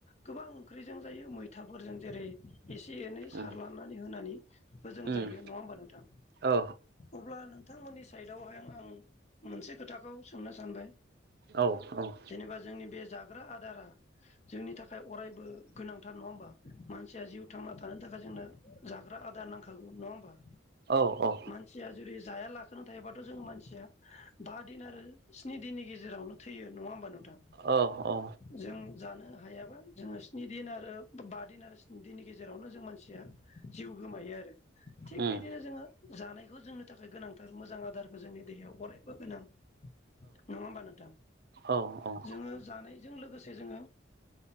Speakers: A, on the left (about 35°); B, on the right (about 55°).
A: गोबां ओंख्रिजों जायो मैथाफोरजों जेरै एसे एनै सारलानानै
B: उम
A: होनानैबो जों
B: उम
A: जायो नङा होमबा नोंथां।
B: औ
A: अब्ला नोंथांमोननि साइदावहाय आं मोनसे खोथाखौ सोंनो सानबाय
B: औ औ।
A: जेनेबा जोंनि बे जाग्रा आदारा जोंनि थाखाय अरायबो गोनांथार नङा होमबा? मानसिया जिउ थांना थानो थाखाय जोंनो जाग्रा आदार नांखागौ नङा होमबा?
B: औ औ।
A: मानसिया जुदि जाया लाखोना थायोबाथ' जों मानसिया बा दिन आरो स्नि दिननि गेजेरावनो थैयो नङा होमबा नोंथां?
B: औ औ।
A: जों जानो हायाबा जोङो स्नि दिन आरो बा दिन आरो स्नि दिननि गेजेरावनो जों मानसिया जिउ गोमायो आरो। थिग
B: उम
A: बिदिनो जोङो जानायखौ जोंनि गोनांथार मोजां जोंनि देहायाव अराय बो गोनां। नङा होमबा नोंथां?
B: औ औ
A: जोङो जानाय जों लोगोसे जोङो